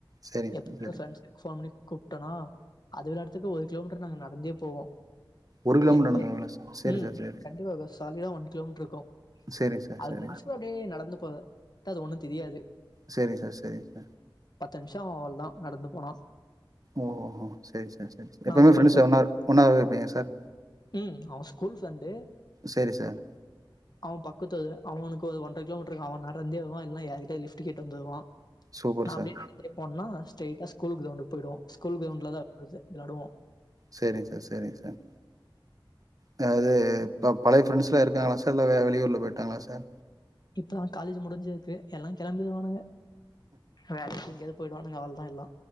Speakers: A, on the right; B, on the left.
A: சரிங்க
B: எப்போனனும்
A: சார் சரி
B: <unintelligible> கூப்பிட்டனா அது விளையாட்டுராதுக்கு ஒரு கிலோமீட்டர் நாங்க நடந்தே போவோ
A: ஒரு கிலோமீட்டர்
B: எங் கோள்
A: நடந்து போவீங்களா சார் சரி
B: ம்
A: சார் சரி
B: கண்டிப்பா பாஸ் கார்ல ஒன் கிலோமீட்டர் இருக்கு
A: சரிங்க சார்
B: அக்சுலே
A: சரி
B: அப்டியே நடந்து போக அது ஒண்ணு தெரியாது
A: செரிங் சார் செரிங்க
B: பத்து நிமிஷ அவல தா நடந்து போனா
A: ஓஹோ சேரி சார் சேரி சார் எப்பவுமே
B: நான் போய்
A: ஃப்ரெண்ட்ஸ்
B: நிப்பேன்.
A: ஒன்னா ஒன்னாவே இருப்பீங்களா சார்
B: ம் ஆமா ஸ்கூல் ஃப்ரெண்டு
A: சேரி சார்
B: அவன் பக்கத்து ஊரு அவனுக்கு ஒரு ஒன்றரை கிலோமீட்டருக்கு அவன் நடந்தே வருவான் இல்லனா யாருகிட்டயாது லிஃப்ட் ட்டு கேட்டு வந்துருவான்
A: சூப்பர்
B: நா
A: சார்
B: அப்படியே நடந்தே போனனா ஸ்ட்ரைடா ஸ்கூல் கிரவுண்டுக்கு போய்டுவோ ஸ்கூல் கிரவுண்டில தா இருக்குறது விளாடுவோ
A: சேரிங்க சார் சேரிங்க சார் அதாவது இப்போ பழைய ஃப்ரெண்ட்ஸ்லா இருக்காங்களா சார் இல்லை வே வெளியூரில போய்டாங்களா சார்
B: இப்பதா காலேஜ் முடிஞ்சிருக்கு எல்லா கெளம்பிருவானுங்க வேலைக்கு எங்கயாவது போயிடுவானுங்க அவ்ளதா எல்லா